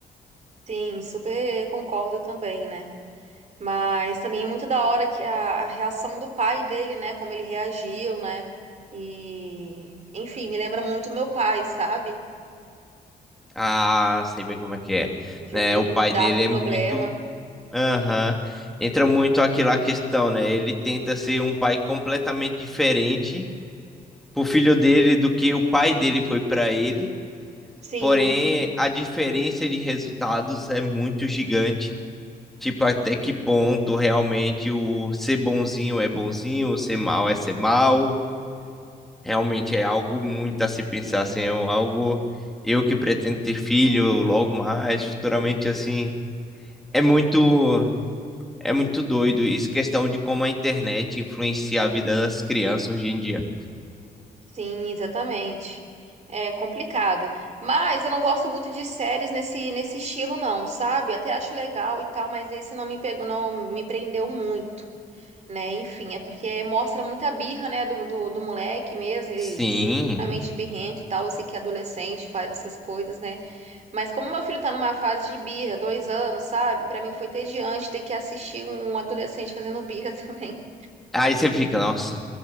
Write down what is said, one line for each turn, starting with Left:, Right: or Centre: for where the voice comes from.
Right: Sim, super concordo também, né? Mas também é muito da hora que a, a reação do pai dele, né? Como ele reagiu, né? E, enfim, me lembra muito meu pai, sabe?
Centre: Ah, sei bem como é que é.
Right: O jeito
Centre: Né,
Right: dele
Centre: o pai
Right: lidar
Centre: dele
Right: com o
Centre: é
Right: problema.
Centre: muito. Aham. Entra muito aquela questão, né? Ele tenta ser um pai completamente diferente pro filho dele do que o pai dele foi para ele.
Right: Sim,
Centre: Porém, a diferença de resultados é muito gigante. Tipo, até que ponto realmente o ser bonzinho é bonzinho, ser mal é ser mal. Realmente é algo muito a se pensar, assim, é algo eu que pretendo ter filho logo mais, futuramente assim. É muito é muito doido isso questão de como a internet influencia a vida das crianças hoje em dia.
Right: sim, exatamente. É complicado. Mas eu não gosto muito de séries nesse, nesse estilo, não, sabe? Até acho legal e tal, mas esse não me pegou, não me prendeu muito. né? Enfim, é porque mostra muita birra, né, do, do, do moleque mesmo, ele
Centre: Sim.
Right: extremamente birrento e tal. Eu sei que é adolescente faz essas coisas, né? Mas como meu filho tá numa fase de birra, dois anos, sabe? Pra mim foi tediante ter que assistir um um adolescente fazendo birra <laughs> também.
Centre: Aí você fica, nossa,